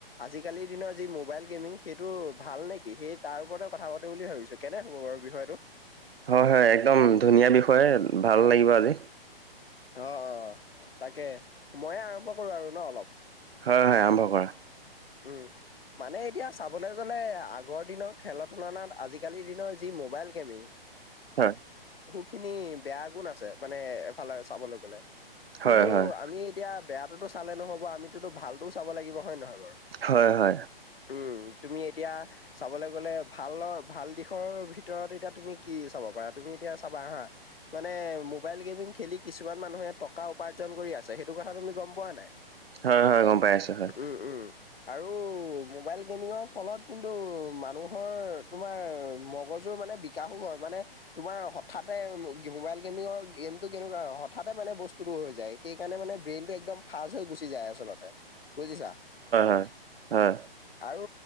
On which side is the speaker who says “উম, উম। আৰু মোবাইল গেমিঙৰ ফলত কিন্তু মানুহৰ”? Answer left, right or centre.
Left